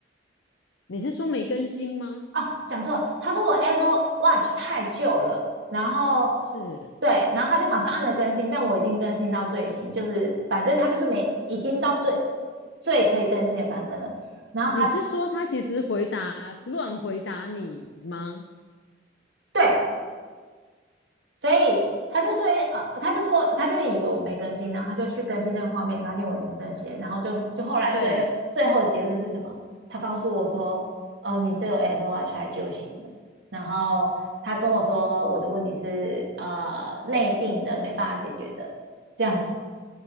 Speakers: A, on the left (about 70°); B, on the right (about 65°).
A: 你是说没更新吗？
B: 啊，讲错了，他说我 Apple Watch 太旧了，然后
A: 是，
B: 对，然后他就马上按了更新，但我已经更新到最新，就是反正他就是没已经到最最可以更新的版本了。然后他
A: 你是说他其实回答乱回答你吗？
B: 对所以他就说啊，呃，他就说，他就以为我没更新，然后他就去更新那个画面，发现我已经更新，然后就就后来最最后的结论是什么？
A: 对，
B: 他告诉我说，哦，你这个 Apple Watch 还就行了。然后他跟我说，我的问题是呃内定的，没办法解决的，这样子，